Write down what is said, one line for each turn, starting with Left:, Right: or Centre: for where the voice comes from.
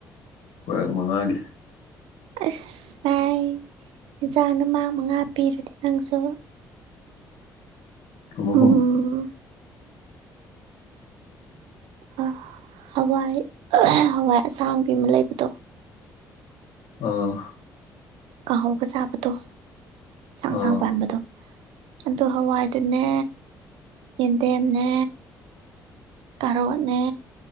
Left: ꯀ꯭ꯋꯦꯛ ꯃꯉꯥꯒꯤ
Right: ꯑꯁ ꯚꯥꯏ ꯌꯦꯟꯖꯥꯡꯅ ꯃꯥꯡ ꯃꯉꯥ ꯄꯤꯔꯗꯤ ꯅꯪꯁꯨ
Left: ꯀꯨꯃꯣ
Right: ꯎꯝ
Left: ꯀꯨꯃꯣ
Right: ꯑꯥ ꯍꯋꯥꯏ ꯍꯋꯥꯏ ꯑꯁꯥꯡꯕꯤ ꯑꯃ ꯂꯩꯕꯗꯣ
Left: ꯑꯣ
Right: ꯀꯥꯡꯍꯧꯒ ꯆꯥꯕꯗꯣ ꯁꯥꯡꯁꯥꯡ
Left: ꯑꯥ
Right: ꯄꯥꯟꯕꯗꯣ ꯑꯗꯨ ꯍꯋꯥꯏꯗꯨꯅꯦ ꯌꯦꯟꯗꯦꯝꯅꯦ ꯀꯔꯣꯠꯅꯦ